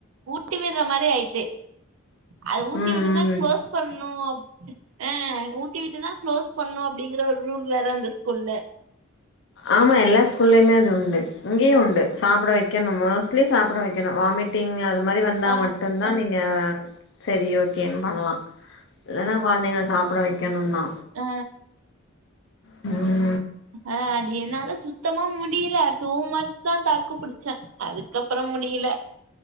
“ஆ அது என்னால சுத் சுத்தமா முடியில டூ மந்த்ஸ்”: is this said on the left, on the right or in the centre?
Right